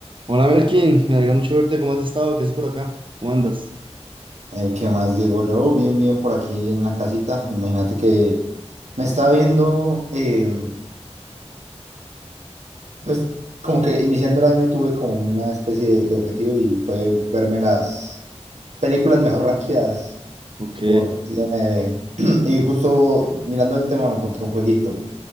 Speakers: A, on the right; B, on the right.
A: Hola Melkin, me alegra mucho verte. ¿Cómo has estado? ¿Qué haces por acá? ¿Cómo andas?
B: Eh, ¿qué más, Diego? Yo bien, bien por aquí en la casita. Imagínate que me estaba viendo, eh, pues como que iniciando el año tuve como una especie de, de objetivo y fue verme las películas mejor rankeadas
A: Ok,
B: por IMDb. <clears throat> Y justo mirando el tema me encontré un jueguito